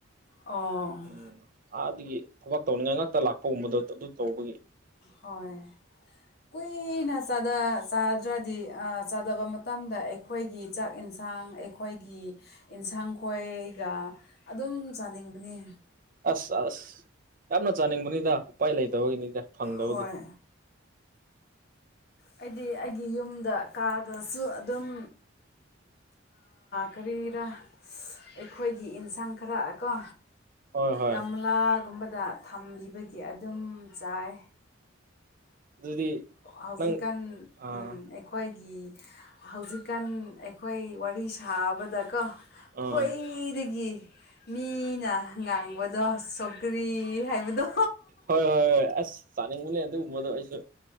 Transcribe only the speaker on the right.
ꯎꯝ ꯑꯥꯗꯒꯤ ꯊꯕꯛ ꯇꯧꯅꯤꯡꯉꯥꯏ ꯉꯛꯇ ꯂꯥꯛꯄꯒꯨꯝꯕꯗꯣ ꯑꯗꯨ ꯇꯧꯕꯒꯤ
ꯑꯁ ꯑꯁ ꯌꯥꯝꯅ ꯆꯥꯅꯤꯡꯕꯅꯤꯗ ꯎꯄꯥꯏ ꯂꯩꯇꯕꯒꯤꯅꯤꯗ ꯐꯪꯗꯕꯗꯤ
ꯍꯣꯏ ꯍꯣꯏ
ꯑꯗꯨꯗꯤ
ꯅꯪ ꯑꯥ
ꯑꯥ
ꯍꯣꯏ ꯍꯣꯏ ꯍꯣꯏ ꯑꯁ ꯆꯥꯅꯤꯡꯕꯅꯦ ꯑꯗꯨ ꯎꯕꯗꯣ ꯑꯩꯁꯨ